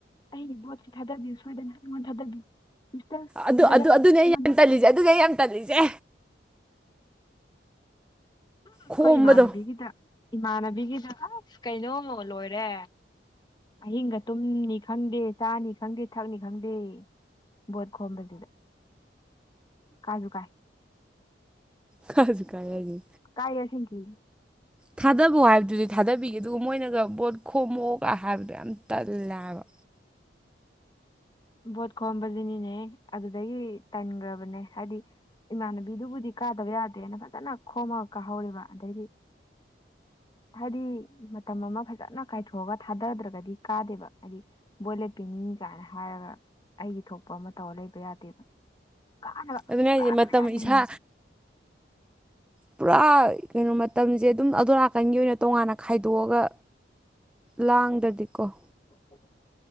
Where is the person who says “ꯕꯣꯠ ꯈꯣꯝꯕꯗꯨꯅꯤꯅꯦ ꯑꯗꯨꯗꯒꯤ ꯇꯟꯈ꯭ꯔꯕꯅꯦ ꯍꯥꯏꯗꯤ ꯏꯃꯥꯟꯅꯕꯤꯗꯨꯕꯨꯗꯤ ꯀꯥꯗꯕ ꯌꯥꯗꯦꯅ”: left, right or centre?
Left